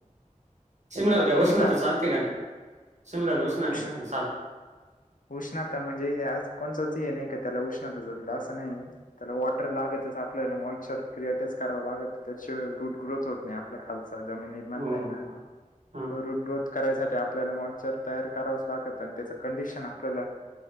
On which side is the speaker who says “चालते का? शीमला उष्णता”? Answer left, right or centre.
Right